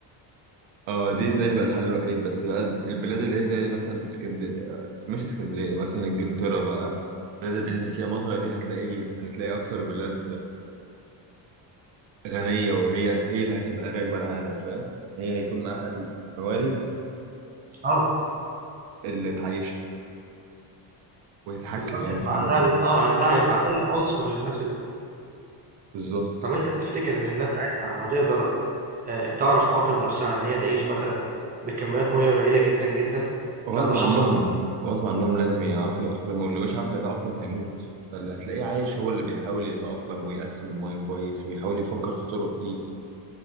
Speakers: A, on the right; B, on the right.
A: اه دي ده يبقى الحل الوحيد بس بقى البلاد اللي هي زي مثلا اسكندريه مش اسكندريه مثلا انجلترا بقى البلاد اللي بينزل فيها مطر دي هتلاقي هتلاقي اكتر بلاد غنيه وهي هي اللي هتبقى راكبه العالم فاهم هي هيكون معاها الموارد
B: آه،
A: اللي تعيشها وتتحكم
B: بالضبط
A: يعني
B: هيبقى
A: في الدنيا
B: عندها ال آه، عندها هيبقى عندها العنصر للناس ال
A: بالظبط
B: طَب أنت تفتكر إن الناس ساعتها هتقدر آآ تعرف تأقلم نَفْسها إن هي تعيش مثلًا بكميات مَيّة قليلة جدًا، جدًا
A: غصب
B: لو ده حصل؟
A: عنهم غصب عنهم لازم يعرفوا يتأقلموا واللي مش عارف يتأقلم هيموت فاللي هتلاقيه عايش هو اللي بيحاول يتأقلم ويقسم المياه كويس ويحاول يفكر في طرق ي...